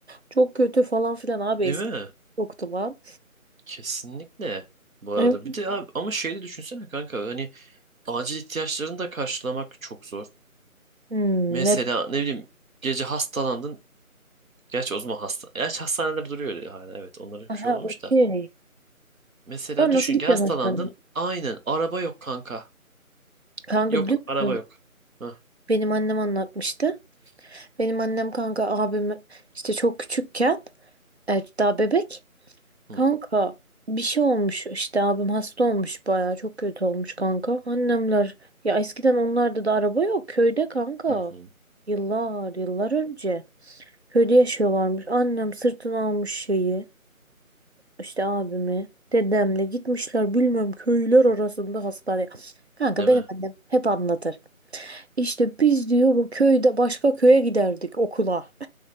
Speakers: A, on the right; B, on the right.
A: çok kötü falan filan abi
B: Değil
A: eski
B: mi?
A: yoktu lan.
B: Kesinlikle. Bu arada
A: Evet.
B: bir de abi ama şeyi de düşünsene kanka hani acil ihtiyaçlarını da karşılamak çok zor.
A: Hmm,
B: Mesela
A: ne?
B: ne bileyim gece hastalandın. Gerçi o zaman hasta. Gerçi hastaneler duruyor öyle hala evet onlara bir
A: Aha
B: şey olmamış
A: okey.
B: da. Mesela
A: Ben
B: düşün
A: nasıl gideceğim
B: ki hastalandın.
A: hastaneye?
B: Aynen araba yok kanka.
A: Kanka
B: Yok
A: biliyor
B: araba
A: musun?
B: yok. Hah.
A: Benim annem anlatmıştı. Benim annem kanka abim işte çok küçükken evet, daha bebek. Kanka
B: Hı,
A: bir şey olmuş işte abim hasta olmuş bayağı çok kötü olmuş kanka. Annemler ya eskiden onlarda da araba yok köyde kanka.
B: hı, hı.
A: Yıllar yıllar önce köyde yaşıyorlarmış. Annem sırtına almış şeyi işte abimi dedemle gitmişler bilmem köyler arasında hastaneye. Kanka
B: Değil
A: benim
B: mi?
A: annem hep anlatır. İşte biz diyor bu köyde başka köye giderdik okula.